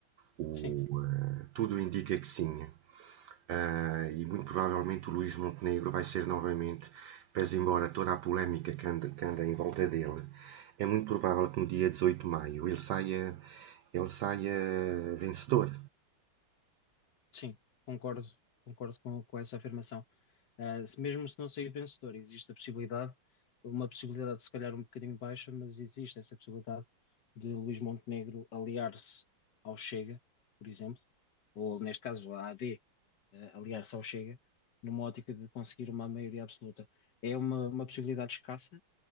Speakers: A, on the right; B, on the left.
A: O,
B: Sim.
A: eh, tudo indica que sim. Ah, e muito provavelmente o Luís Montenegro vai ser novamente, pese embora toda a polémica que anda, que anda em volta dele, é muito provável que no dia 18 de maio ele saia, ele saia vencedor.
B: Sim, concordo, concordo com, com essa afirmação. Ah, se- mesmo se não sair vencedor, existe a possibilidade, uma possibilidade se calhar um bocadinho baixa, mas existe essa possibilidade de Luís Montenegro aliar-se ao Chega, por exemplo, ou neste caso à AD, ah, aliar-se ao Chega, numa ótica de conseguir uma maioria absoluta. É uma, uma possibilidade escassa,